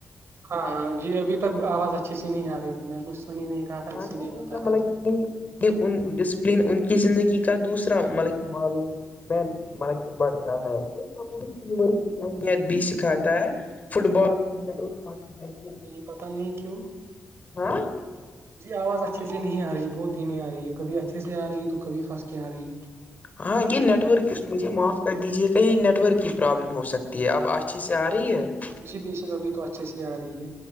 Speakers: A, on the right; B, on the left.
A: ہاں ہاں جی ابھی تک آواز اچھی سی نہیں آ رہی تھی میں کچھ سن ہی نہیں رہا تھا
B: ہاں
A: اسی
B: تو
A: لیے
B: ان
A: بتا
B: کا مطلب
A: رہا تھا
B: کہ یہ یہ ان ڈسپلین ان کی زندگی کا دوسرا مطلب کہ معلوم میں مر کے بڑھتا ہے تو سب اس ور کی اہمیت بھی سکھاتا ہے فٹ بال کرکٹ اور ہاکی جس میں <inaudible>
A: پتا نہیں کیوں
B: ہاں
A: جی آواز اچھے سے نہیں آ رہی بہت دھیمی آ رہی ہے کبھی اچھے سے آ رہی ہے تو کبھی پھنس کے آ رہی ہے
B: ہاں یہ نیٹ ورک مجھے معاف کر دیجیے گا یہ نیٹ ورک کی پرابلم ہو سکتی ہے تی اب آج چیز سے آ رہی ہے <unintelligible>
A: جی بشک ابھی تو اچھے سے ہی آ رہی ہے